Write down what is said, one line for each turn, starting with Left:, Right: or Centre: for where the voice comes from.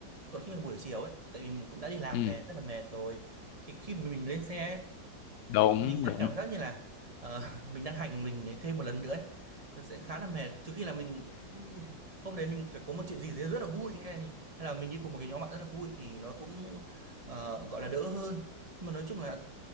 Right: Còn khi mà buổi chiều ấy, thì tại vì mình cũng đã đi làm
Left: ừ
Right: về rất là mệt rồi. Thì khi mà mình lên xe ấy,
Left: đúng
Right: thì mình lại
Left: đúng
Right: cảm giác như là ờ, <laughs> mình đang hành mình thêm một lần nữa ấy. Nó sẽ khá là mệt. Trừ khi là mình hôm đấy mình phải có một chuyện gì đấy rất là vui hay hay là mình đi cùng một cái nhóm bạn rất là vui thì nó cũng ờ, gọi là đỡ hơn. Nhưng mà nói chung là